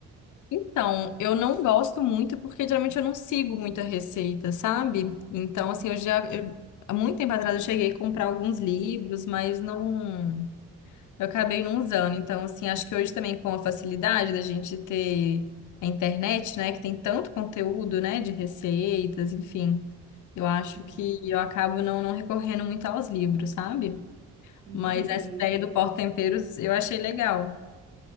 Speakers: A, on the left; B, on the right.
A: Então, eu não gosto muito porque geralmente eu não sigo muita receita, sabe? Então, assim,
B: Hum,
A: eu já, eu- há muito tempo atrás eu cheguei a comprar alguns livros, mas não, eu acabei não usando. Então, assim, acho que hoje também com a facilidade da gente ter a internet, né, que tem tanto conteúdo, né, de receitas, enfim, eu acho
B: Sim,
A: que eu acabo não, não recorrendo muito aos livros, sabe?
B: entendi.
A: Mas essa ideia do porta-temperos eu achei legal. <laughs>